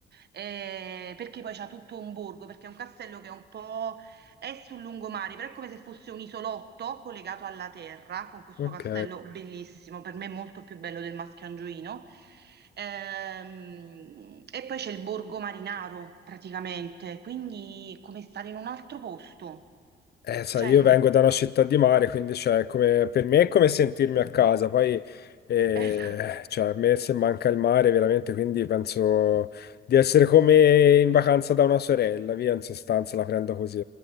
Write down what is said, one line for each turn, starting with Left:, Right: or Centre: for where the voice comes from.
Right: eh, perché poi c'ha tutto un borgo, perché è un castello che è un po' è sul lungomare, però è come se fosse un isolotto collegato alla terra, con questo
Left: Ok.
Right: castello bellissimo, per me molto più bello del Mascangioino. Ehm, e poi c'è il borgo Marinaro, praticamente, quindi è come stare in un altro posto,
Left: Eh, sai,
Right: cioè
Left: io vengo da una città di mare, quindi cioè, come- per me è come sentirmi a casa. Poi eh,
Right: <laughs>
Left: cioè, a me se manca il mare veramente, quindi penso di essere come in vacanza da una sorella, via, in sostanza la prendo così.